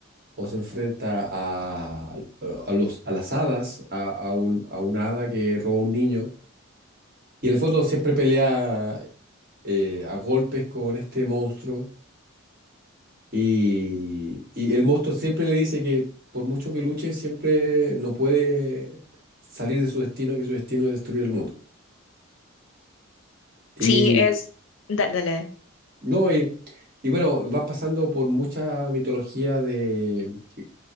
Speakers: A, on the right; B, on the left.
A: o se enfrenta a, a, los, a las hadas, a, a, un, a una hada que roba a un niño. Y en el fondo siempre pelea eh, a golpes con este monstruo. Y, y el monstruo siempre le dice que por mucho que luche, siempre no puede salir de su destino, que su destino es destruir el mundo. Y
B: Sí, es... Dale, dale.
A: no, y, y bueno, van pasando por mucha mitología de...